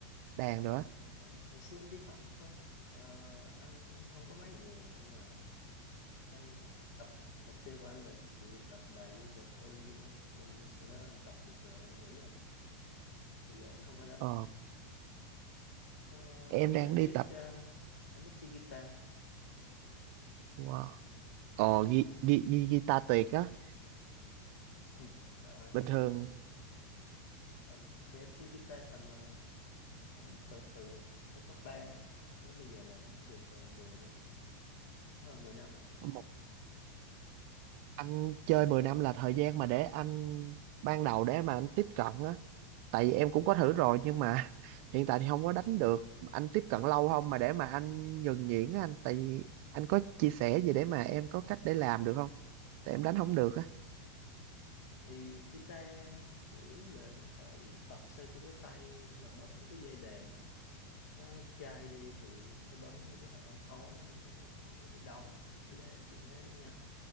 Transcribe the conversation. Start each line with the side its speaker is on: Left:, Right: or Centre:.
Right: đàn nữa
Left: Ờ, hồi xưa anh đi học thôi Ờ, anh không có máy nhạc nhưng mà anh tập mục tiêu của anh là chỉ tập bài River Flow in You á nên sau đó anh tập được rồi em nghĩ rồi bây giờ anh không có đánh
Right: ờ,
Left: nữa Ờ,
Right: em
Left: nhưng
Right: đang
Left: mà anh
Right: đi
Left: biết
Right: tập
Left: ờ, anh biết chơi guitar
Right: wow. ờ,
Left: em
Right: ghi,
Left: cũng
Right: ghi, ghi, guitar tuyệt á
Left: ừ. Ờ,
Right: bình
Left: thì
Right: thường
Left: ờ, ờ, thì anh chơi guitar tầm ờ, cũng phải từ hồi cấp 3 đến bây giờ là cũng được ờ, 10 năm rồi cũng hơn 10 năm rồi
Right: một anh chơi 10 năm là thời gian mà để anh ban đầu để mà anh tiếp cận á tại vì em cũng có thử rồi nhưng mà hiện tại thì không có đánh được anh tiếp cận lâu không mà để mà anh nhuần nhuyễn á anh tại vì anh có chia sẻ gì để mà em có cách để làm được không tại em đánh không được á
Left: thì guitar chủ yếu là phải tập sao cho cái tay mà bấm cái dây đàn đó nó chai đi thì em sẽ bấm những cái hợp âm khó nó không có không có bị đau với lại em chuyển thế nó nhanh